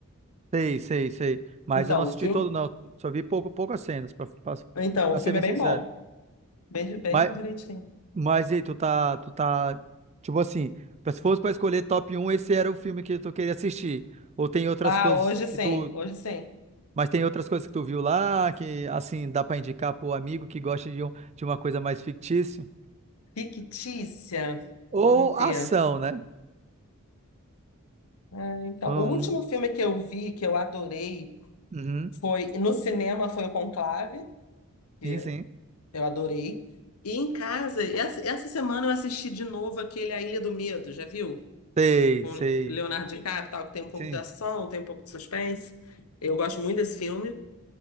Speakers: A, on the right (about 30°); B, on the left (about 75°).
A: sei, sei, sei. Mas
B: Então,
A: eu não assisti
B: o filme,
A: todo, não. Só vi pouco, poucas cenas, pra, pra,
B: então,
A: pra
B: o
A: ser
B: filme
A: bem
B: é bem
A: sincero.
B: bom, bem, bem
A: Mas,
B: direitinho.
A: mas e aí, tu tá, tu tá, tipo assim, pra- se fosse pra escolher top um esse era o filme que tu queria assistir. Ou tem outras
B: Ah,
A: coisas
B: hoje
A: que
B: sim,
A: tu,
B: hoje sim.
A: mas tem outras coisas que tu viu lá, que, assim, dá pra indicar pro amigo que gosta de, um, de uma coisa mais fictícia.
B: Fictícia,
A: Ou
B: vamos
A: ação,
B: ver.
A: né?
B: Ah, então,
A: Hum,
B: o último filme que eu vi, que eu adorei,
A: uhum,
B: foi, no cinema foi o Conclave, que
A: sim, sim.
B: eu adorei. E em casa, essa, essa semana eu assisti de novo aquele A Ilha do Medo, já viu?
A: Sei,
B: com
A: sei.
B: Leonardo DiCaprio, tal, que tem um pouco
A: Sim.
B: de ação, tem um pouco de suspense. Eu gosto muito desse filme.